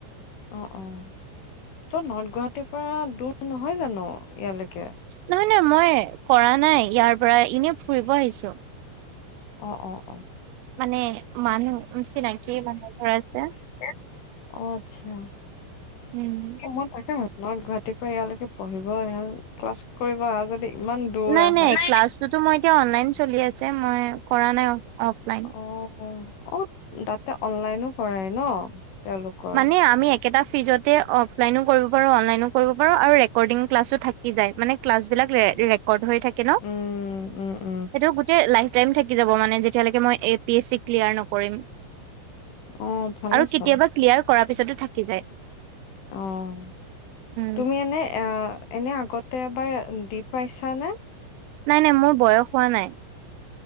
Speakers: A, on the left (about 70°); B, on the right (about 85°).
A: অঁ অঁ ত' নৰ্থ গুৱাহাটীৰ পৰা দূৰ নহয় জানো ইয়ালৈকে।
B: নহয় নহয় মই কৰা নাই ইয়াৰ পৰা ইনে ফুৰিব আহিছোঁ।
A: অঁ অ' অ'
B: মানে মানুহ চিনাকি মানুহ এঘৰ আছে।
A: অঁ আটচ্ছা।
B: উম।
A: সেই মন পচ নৰ্থ গুৱাহাটীৰ পৰা ইয়ালৈকে পঢ়িব আহা ক্লাছ কৰিব আহা যদি ইমান দূৰ
B: নাই
A: আহা।
B: নাই
A: অ',
B: ক্লাছতোটো মই এতিয়া অনলাইন চলি আছে মই কৰা নাই অফলাইন।
A: অঁ অঁ তাতে অনলাইনো কৰাই ন তেওঁলোকৰ
B: মানে আমি একেটা ফিজতে অফলাইনো কৰিব পাৰোঁ অনলাইনো কৰিব পাৰোঁ আৰু ৰেকৰ্ডিং ক্লাছো থাকি যায় মানে ক্লাছবিলাক ৰে ৰেকৰ্ড হৈ থাকে ন
A: উম, উম, উম,
B: এইটো গোটেই লাইফ টাইম থাকি যাব মানে যেতিয়া লৈকে মই A P H C clear নকৰিম
A: অঁ ভালেছোন
B: আৰু কেতিয়াবা ক্লিয়াৰ কৰাৰ পিছতো থাকি যায়
A: অঁ
B: উম
A: তুমি এনে অঁ এনে আগত এবাৰ দি পাইছানে
B: নাই নাই মোৰ বয়স হোৱা নাই